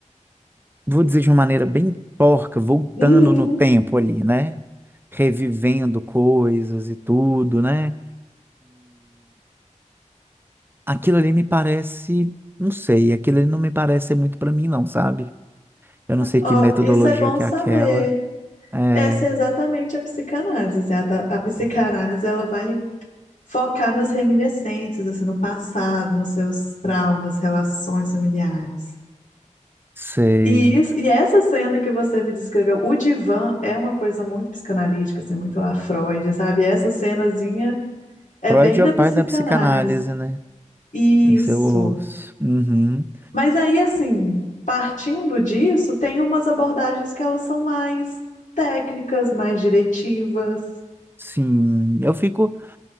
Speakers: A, on the right; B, on the left.
A: vou dizer de uma maneira bem porca, voltando
B: Uhum.
A: no tempo ali, né? Revivendo coisas e tudo, né? Aquilo ali me parece, não sei, aquilo ali não me parece ser muito para mim, não, sabe? Eu não sei
B: Ó,
A: que metodologia
B: isso é bom
A: que
B: saber.
A: é aquela. É,
B: Essa é exatamente a psicanálise. assim, a, ta- a psicanálise ela vai focar nas reminiscências, assim, no passado, nos seus traumas, relações familiares.
A: sei.
B: E, isso, e essa cena que você me descreveu, o divã é uma coisa muito psicanalítica, assim, muito lá Freud, sabe? Essa cenazinha é
A: Freud
B: bem
A: é
B: da
A: o
B: psicanálise.
A: pai da psicanálise, né?
B: Isso.
A: Isso eu ouço. Uhum.
B: Mas aí, assim, partindo disso, tem umas abordagens que elas são mais técnicas, mais diretivas.
A: Sim, eu fico.